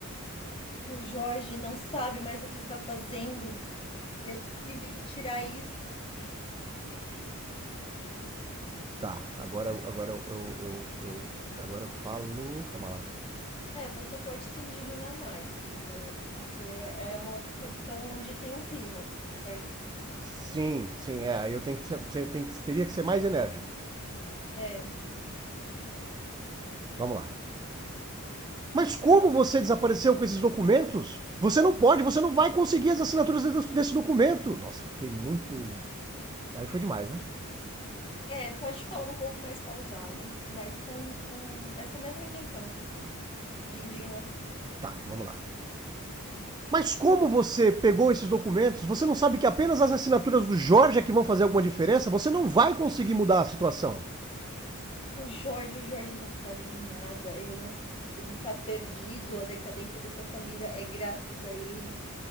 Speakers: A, on the left; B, on the right.
A: O Jorge não sabe mais o que está fazendo. Eu tive que tirar isso.
B: Tá, agora, agora eu, eu, eu, eu- agora eu falo. Calma lá.
A: É, você pode se indignar mais se quiser. Eu acho que é é uma questão onde tem um clímax, certo?
B: Sim, sim, é. aí Eu tenho que ser- tenho teria que ser mais enérgico.
A: É.
B: Vamos lá. Mas como você desapareceu com esses documentos? Você não pode, você não vai conseguir as assinaturas desse documento. Nossa, fiquei muito. Aí foi demais, né?
A: É, pode falar um pouco mais pausado, mas com um- essa mesma intenção que você tem, de indignação.
B: Tá, vamos lá. Mas como você pegou esses documentos? Você não sabe que apenas as assinaturas do Jorge é que vão fazer alguma diferença? Você não vai conseguir mudar a situação.
A: O Jorge, o Jorge não sabe de nada, ele não, ele está perdido, a decadência dessa família é graças a ele.